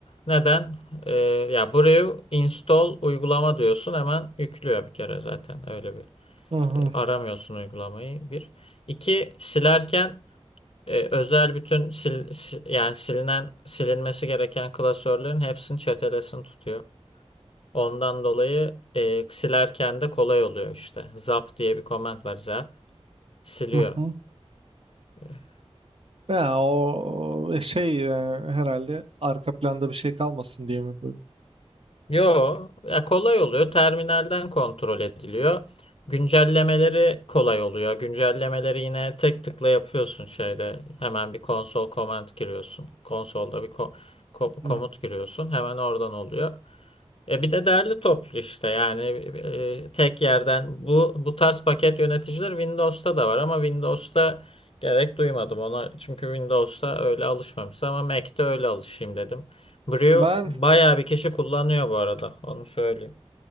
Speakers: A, on the left; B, on the right.
A: neden? Ee, ya Brew install uygulama diyorsun hemen yüklüyor bir kere zaten. Öyle bir
B: Hı hı,
A: e, aramıyorsun uygulamayı bir. İki silerken e, özel bütün sil, si- yani silinen silinmesi gereken klasörlerin hepsini çetelesini tutuyor. Ondan dolayı e, silerken de kolay oluyor işte. Zap diye bir command var zap siliyor.
B: hı hı.
A: E,
B: Ya o e, şey e, herhalde arka planda bir şey kalmasın diye mi böyle?
A: Yo, ya kolay oluyor. Terminalden kontrol ediliyor. Güncellemeleri kolay oluyor. Güncellemeleri yine tek tıkla yapıyorsun şeyde. Hemen bir konsol command giriyorsun. Konsolda bir ko- ko-
B: Hı.
A: komut giriyorsun. Hemen oradan oluyor. E bir de derli toplu işte yani e, tek yerden bu bu tarz paket yöneticileri Windows'ta da var ama Windows'ta gerek duymadım ona çünkü Windows'ta öyle alışmamıştım ama Mac'te öyle alışayım dedim. Brio
B: Ben
A: bayağı bir kişi kullanıyor bu arada. Onu söyleyeyim.